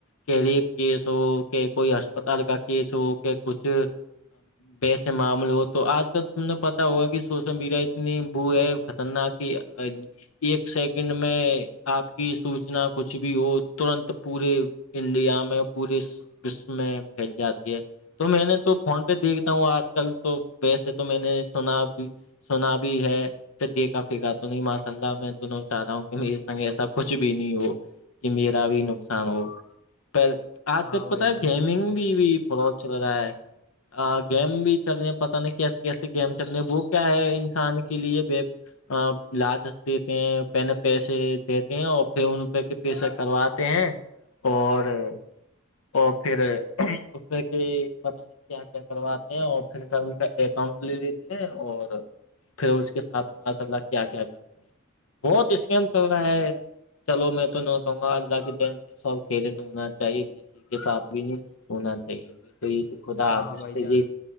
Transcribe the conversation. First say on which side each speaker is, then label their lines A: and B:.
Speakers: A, on the left (about 80°); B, on the left (about 50°).
A: کہ ریپ کیس ہو کہ کوئی اسسپتال کا کیس ہو کہ کچھ ویسے معامول ہو تو آج کل تمیں پتا ہوا کہ سوشل میڈیا اتنی بو ہے <inaudible> تنااک <inaudible> ایک سیکنڈ میں آپ کی سوچنا کچھ بھی ہو ترنت پورے انڈیا میں پورے وشو میں پھیل جاتی ہے تو میں نے تو فون پہ دیکھتا ہوں آج کل تو ویسے تو میں نے سنا اب سنا بھی ہے پ دے کا پیکا تو نہیں ماشاء اللہ میں دونوں چاہ رہا ہوں کہ میرے سنگ ایسا کچھ بھی نہیں ہو کہ میرا بھی نقصان ہو پر آج
B: ہاں
A: کل تو
B: بھائی
A: پتا ہے
B: جان
A: گیمنگ
B: صحیح بولا
A: بھی بھی تھوڑا چل رہا ہے گیم بھی چل رہے ہیں پتہ نہیں کیسے کیسے گیم چل رہے ہیں وہ کیا ہے انسان کے لیے ب لجچ دیتے ہیں پہ پیسے دیتے ہیں اور پھر ان <inaudible> رپے کے پیسہ کرواتے ہیں اور <inaudible> اور پھر اس سے کہ پت <inaudible> کیا کیا کرواتے ہیں اور پھر س ان کا اکاؤنٹ لے لیتے ہیں اور پھر اس کے ساتھ <inaudible> ماشاء اللہ کیا کیا کرتے ہیں بہت اسکیم چل رہا ہے چلو میں تو نہ کہوں گا اللہ کے دن سب کھیل میں ہونا چاہیے ت ٹھیک ہے تو آپ بھی نہیں ہونا <unintelligible> صحی ابھی تو یہ تو خدا
B: ہاں
A: حافظ
B: بھائی
A: تھ
B: جان
A: جی